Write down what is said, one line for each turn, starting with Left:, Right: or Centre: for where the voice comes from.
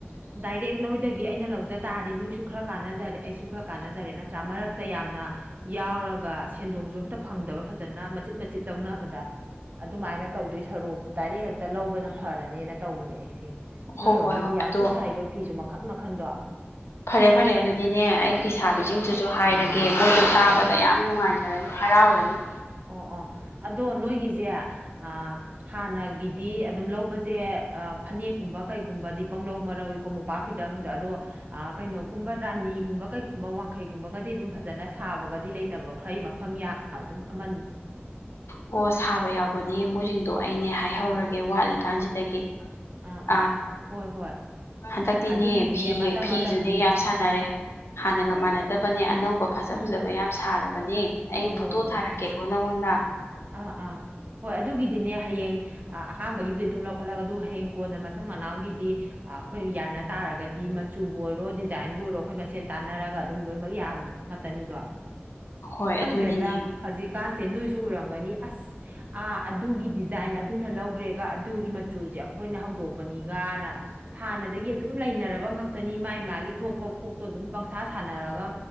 Right: ꯗꯥꯏꯔꯦꯛ ꯅꯣꯏꯗꯒꯤ ꯑꯩꯅ ꯂꯧꯖ ꯇꯥꯔꯗꯤ ꯅꯣꯏꯁꯨ ꯈꯔ ꯀꯥꯟꯅꯖꯔꯦ ꯑꯩꯁꯨ ꯈꯔ ꯀꯥꯟꯅꯖꯔꯦ ꯅꯠꯇ꯭ꯔꯥ ꯃꯔꯛꯇ ꯌꯥꯝꯅ ꯌꯥꯎꯔꯒ ꯁꯦꯟꯗꯣꯡꯁꯨ ꯑꯝꯇ ꯐꯪꯗꯕ ꯐꯖꯅ ꯃꯆꯤꯠ ꯃꯆꯤꯠ ꯂꯧꯅꯕꯗ ꯑꯗꯨꯃꯥꯏꯅ ꯇꯧꯗꯣꯏ ꯁꯔꯨꯛ ꯗꯥꯏꯔꯦꯛ ꯍꯦꯛꯇ ꯂꯧꯕꯅ ꯐꯔꯅꯦꯅ ꯇꯧꯕꯅꯦ ꯑꯩꯁꯦ
Left: ꯍꯣꯏ
Right: ꯅꯣꯏꯔꯣꯝꯒꯤꯗꯤ
Left: ꯍꯣꯏ ꯍꯣꯏ
Right: ꯌꯥꯝꯁꯨ
Left: ꯑꯗꯣ
Right: ꯁꯥꯏꯗꯣ ꯐꯤꯁꯨ ꯃꯈꯟ ꯃꯈꯟꯗꯣ
Left: ꯐꯔꯦ ꯐꯔꯦ ꯑꯗꯨꯗꯤꯅꯦ ꯑꯩ ꯐꯤ ꯁꯥꯕꯤꯁꯤꯡꯗꯨꯁꯨ
Right: ꯑꯥ
Left: ꯍꯥꯏꯔꯒꯦ ꯃꯣꯏꯗ ꯇꯥꯕꯗ
Right: ꯑꯥ
Left: ꯌꯥꯝ ꯅꯨꯡꯉꯥꯏꯖꯔꯅꯤ ꯍꯔꯥꯎꯔꯅꯤ
Right: ꯑꯣ ꯑꯣ ꯑꯗꯣ ꯅꯣꯏꯒꯤꯁꯦ ꯑ ꯍꯥꯟꯅꯒꯤꯗꯤ ꯑꯗꯨꯝ ꯂꯧꯕꯁꯦ ꯐꯅꯦꯛꯀꯨꯝꯕ ꯀꯩꯒꯨꯝꯕꯗꯤ ꯄꯪꯂꯧ ꯃꯔꯧꯏꯀꯣ ꯃꯣꯄꯥꯛ <unintelligible> ꯑꯗꯣ ꯑ ꯀꯩꯅꯣꯒꯨꯝꯕ ꯔꯥꯅꯤꯒꯨꯝꯕ ꯀꯩꯒꯨꯝꯕ ꯋꯥꯡꯈꯩꯒꯨꯝꯕꯒꯗꯤ ꯑꯗꯨꯝ ꯐꯖꯅ ꯁꯥꯕꯒꯗꯤ ꯂꯩꯇꯕ꯭ꯔꯣ ꯈꯔ ꯃꯐꯝ ꯌꯥ ꯑꯗꯨꯝ ꯑꯃꯅꯤ
Left: ꯍꯣ ꯁꯥꯕ ꯌꯥꯎꯕꯅꯦ ꯃꯣꯏꯁꯤꯡꯗꯣ ꯑꯩꯅꯦ ꯍꯥꯏꯍꯧꯔꯒꯦ
Right: ꯑꯥ
Left: ꯋꯥꯠꯂꯤꯀꯥꯟꯁꯤꯗꯒꯤ
Right: ꯑꯥ
Left: ꯑ
Right: ꯑꯥ ꯍꯣꯏ ꯍꯣꯏ
Left: ꯍꯟꯗꯛꯇꯤꯅꯦ
Right: ꯑꯗꯨꯒꯤꯗꯤꯅꯦ
Left: ꯐꯤ
Right: ꯃꯇꯝ
Left: ꯐꯤꯁꯨꯅꯦ
Right: ꯃꯇꯝꯒꯤ
Left: ꯌꯥꯝ ꯁꯥꯟꯅꯔꯦ ꯍꯥꯟꯅꯒ
Right: ꯑꯣ
Left: ꯃꯥꯟꯅꯗꯕ
Right: ꯑꯣ ꯑꯣ
Left: ꯅꯦ ꯑꯅꯧꯕ ꯐꯖ
Right: ꯎꯝ
Left: ꯐꯖꯕ ꯌꯥꯝ ꯁꯥꯔꯕꯅꯦ
Right: ꯍꯣꯏ
Left: ꯑꯩ ꯐꯣꯇꯣ
Right: ꯍꯣꯏ ꯍꯣꯏ
Left: ꯊꯥꯔꯛꯀꯦꯀꯣ ꯅꯪꯉꯣꯟꯗ
Right: ꯑꯥ ꯑꯥ ꯍꯣꯏ ꯑꯗꯨꯒꯤꯗꯤꯅꯦ ꯍꯌꯦꯡ ꯑꯥꯝꯕꯒꯤꯕꯨꯗꯤ ꯑꯗꯨꯝ ꯂꯧꯈꯠꯂꯒ ꯑꯗꯨꯒ ꯍꯌꯦꯡ ꯀꯣꯟꯅ ꯃꯊꯪ ꯃꯅꯥꯎꯒꯤꯗꯤ ꯑꯥ ꯑꯩꯈꯣꯏ ꯌꯥꯅ ꯇꯥꯔꯒꯗꯤ ꯃꯆꯨꯕꯨ ꯑꯣꯏꯔꯣ ꯗꯤꯖꯥꯏꯟꯕꯨ ꯑꯣꯏꯔꯣ ꯑꯩꯈꯣꯏ ꯃꯁꯦꯟ ꯇꯥꯟꯅꯔꯒ ꯑꯗꯨꯝ ꯂꯣꯏꯅꯃꯛ ꯌꯥꯕ ꯉꯥꯛꯇꯅꯤꯗꯣ
Left: <inaudible>
Right: ꯈꯪꯗ꯭ꯔꯦꯗ
Left: ꯑꯗꯨꯅꯤꯅꯦꯍꯦ
Right: ꯍꯧꯖꯤꯛꯀꯥꯟꯁꯦ ꯅꯣꯏꯁꯨ ꯎꯔꯝꯒꯅꯤ ꯑꯁ ꯑꯥ ꯑꯗꯨꯒꯤ ꯗꯤꯖꯥꯏꯟ ꯑꯗꯨꯅ ꯂꯧꯒ꯭ꯔꯦꯒ ꯑꯗꯨꯒꯤ ꯃꯆꯨꯁꯦ ꯑꯩꯈꯣꯏꯅ ꯍꯧꯗꯣꯛꯄꯅꯤꯒꯅ ꯍꯥꯟꯅꯗꯒꯤ ꯑꯗꯨꯝ ꯂꯩꯅꯔꯕ ꯉꯥꯛꯇꯅꯤ ꯃꯥꯒꯤ ꯃꯥꯒꯤ ꯊꯣꯛꯄ ꯀꯣꯛꯇꯣ ꯑꯗꯨꯝ ꯄꯪꯁꯥ ꯁꯥꯟꯅꯔꯒ